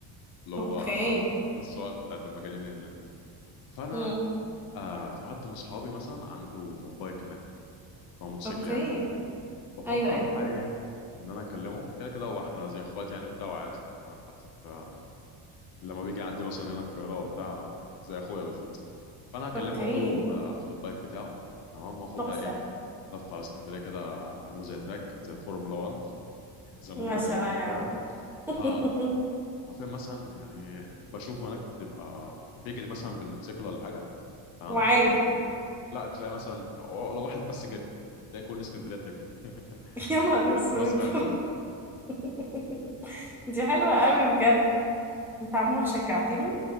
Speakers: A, on the left (about 55°); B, in the centre.
A: اللي هو
B: اوكي
A: آه، السواقة بتاعت المجانين اللي هناك فأنا
B: مم.
A: آه في حد من صحابي مثلا عنده بايك هناك أو موتوسيكل
B: اوكي
A: يعني وكده بفكر
B: ايوه ايوه
A: بقى إيه إن أنا أكلمه كده كده هو إحنا زي إخوات يعني وبتاع وعادي آه، حتى آه لما بيجي عندي مثلا هنا القاهرة وبتاع زي أخويا بالظبط فأنا أكلمه
B: اوكي
A: أقول له آه، آخد البايك بتاعه تمام وآخد
B: تحفة
A: بقى إيه لف على اسكندرية كده أعمله زي تراك زي فورمولا 1 زي ما
B: يا
A: هم
B: سلام
A: بيعملوا كده
B: <laughs>
A: اه عارفين مثلا يعني بشوف هناك تبقى بيجري مثلا بالموتوسيكل ولا حاجه تمام
B: وعادي
A: تلاقي
B: <laughs>
A: لا تلاقي مثلا هو لو واحد بس جري تلاقي كل اسكندريه بتجري <laughs>
B: يا نهار
A: يعتبروها
B: اسود
A: سباق كله
B: <laughs> دي حلوة قوي بجد انت عموما شجعتني